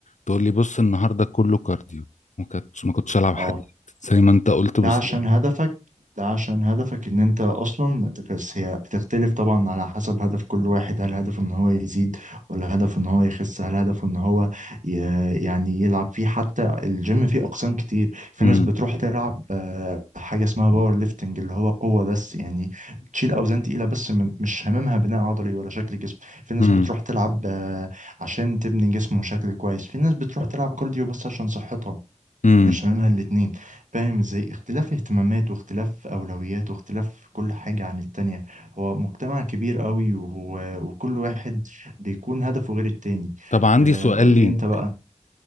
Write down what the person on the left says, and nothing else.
تقول لي بص النهاردة كله كارديو ما كنتش ما كنتش العب
حديد زي ما انت قلت بالظبط
امم
امم
امم
طب عندي
سؤال
لي